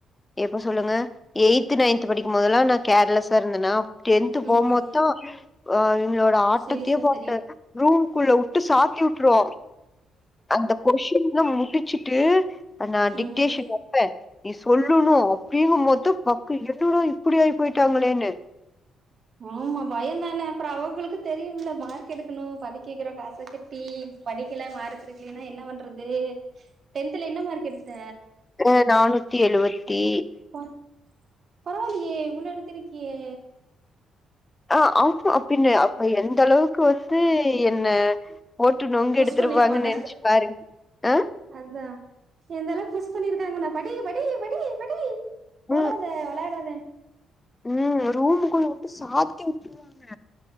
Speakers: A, on the left (about 15°); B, on the right (about 50°).
A: எப்ப சொல்லுங்க எய்த்து நைன்த்து படிக்கும்போதெல்லா நா கேர்லஸ்ஸா இருந்தனா டென்த்து போம்போதா
B: ம்
A: அ இவுங்ளோட ஆட்டத்தயே
B: சீரியஸ்னஸ்
A: பாத்த
B: தெரியு
A: ரூம்க்குள்ள வு ட்டு சாத்தி வுட்ரு அந்த கொஷின்ல்லா முடிச்சிட்டு அந்த டிக்டேஷன்
B: ம்
A: வப்பே நீ சொல்லுணு அப்டிங்கும் போது பக்கு என்னடா இப்பிடி ஆய் போய்ட்டாங்களேன்னு
B: ஆமா பயந்தானே அப்புறோ அவுகளுக்கு தெரியும்ல மார்க் எடுக்கணு படிக்க வைக்கிற காசுக்கு ட்டி படிக்கல மார்க் எடுக்குலீன்னா என்ன பன்றது டென்த்துல என்ன மார்க் எடுத்த
A: அ நானூ னூத்தி எழுவத்தி
B: ப பரவால்லியே இவ்ளோ எடுத்துருக்கியே
A: ஆ ஆமா பின்ன அப்ப எந்தளவுக்கு வந்து என்ன போட்டு நொங்கெடுத்துருப்பாங்கனு
B: புஷ் பண்ணிருப்பாங்க
A: நென்ச்சு பாரு அ
B: அதா எந்த அளவுக்கு புஷ் பண்ணீருக்காங்க உன்ன படி படி படி படி
A: ம்
B: ஓடாத வெளாடாத
A: ம் ரூமுக்குள்ள விட்டு சாத்தி வுட்ருவாங்க